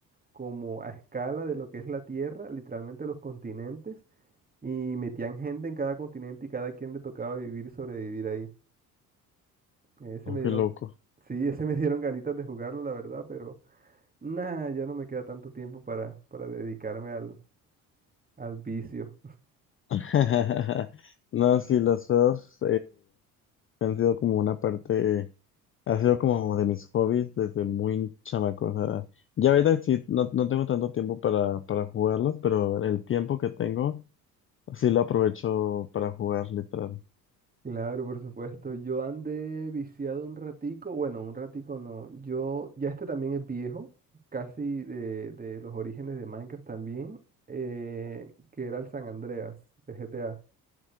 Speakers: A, on the right; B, on the left.
A: como a escala de lo que es la Tierra, literalmente los continentes, y metían gente en cada continente y cada quien le tocaba vivir y sobrevivir ahí. Ese
B: Oh,
A: me
B: qué
A: dieron,
B: loco.
A: <laughs> sí, ese me dieron ganitas de jugarlo, la verdad, pero nada, ya no me queda tanto tiempo para, para dedicarme al, al vicio.
B: <laughs> No, sí, los feos, Han sido como una parte, ha sido como de mis hobbies desde muy chamaco. O sea, ya ahorita sí, no, no tengo tanto tiempo para, para jugarlos, pero el tiempo que tengo sí lo aprovecho para jugar, literal.
A: Claro, por supuesto. Yo andé viciado un ratico. Bueno, un ratico no. Yo, ya este también es viejo, casi de, de los orígenes de Minecraft también, eh, que era el San Andreas de GTA.